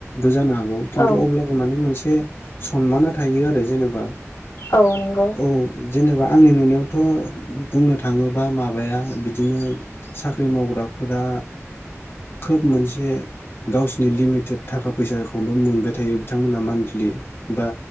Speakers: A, on the left; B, on the left.
A: जानो हागौ खिन्थु
B: औ
A: अब्लाबो माने मोनसे सनमाना थायो आरो जेनेबा
B: औ नंगौ
A: औ जेनेबा आंनि नुनायाव थ' बुंनो थाङोबा माबाया बिदिनो साख्रि मावग्राफोरा खोब मोनसे गावसिनि लिमिटेड थाखा फैसाखौल' मोनबाय थायो बिथांमोनहा मान्थलि बा